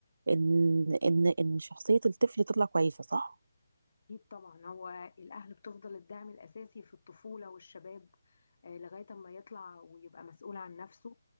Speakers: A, on the right; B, on the left.
A: ان ان ان شخصيه الطفل تطلع كويسه صح
B: أكيد طبعا هو الأهل بتفضل الدعم الأساسي في الطفولة والشباب آه، لغاية أما يطلع ويبقى مسؤول عن نفسه